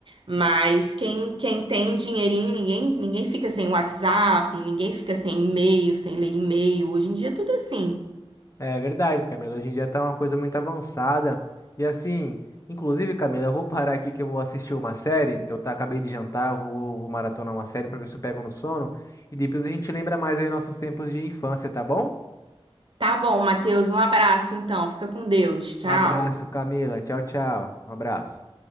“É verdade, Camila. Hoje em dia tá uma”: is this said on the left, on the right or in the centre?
Left